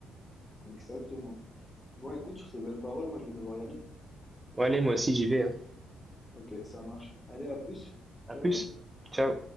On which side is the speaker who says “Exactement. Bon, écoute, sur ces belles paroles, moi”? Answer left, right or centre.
Left